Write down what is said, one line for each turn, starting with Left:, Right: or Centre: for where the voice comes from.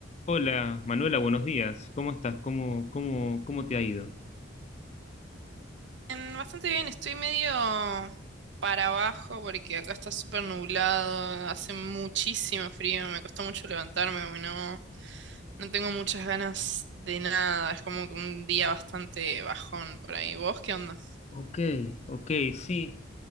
Left: Hola, Manuela, buenos días. ¿Cómo estás? ¿Cómo, cómo, cómo te ha ido?
Right: Bien, Bastante bien, estoy medio para abajo porque acá está súper nublado, hace muchísimo frío, me costó mucho levantarme, hoy, no, no tengo muchas ganas de nada, es como que un día bastante bajón por ahí. ¿Vos qué onda?
Left: Ok, ok, sí.